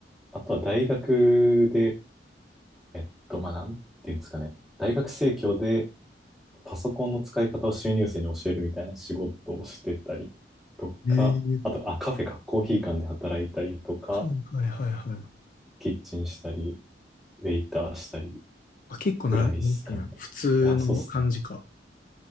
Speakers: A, in the centre; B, on the left (about 50°).
A: あとは大学で、えっと、まあ、なんていうんですかね。大学生協で、パソコンの使い方を収入生に教えるみたいな仕事をしてたりとか、
B: い。えー、
A: あと、あ、カフェか、コーヒー館で働いたりとか、
B: はいはいはいはい。
A: キッチンしたり、ウェイターしたり
B: あ、結構なん、
A: ぐらいですかね。
B: なんていうんや、普通の感じか。
A: いや、そうっすね。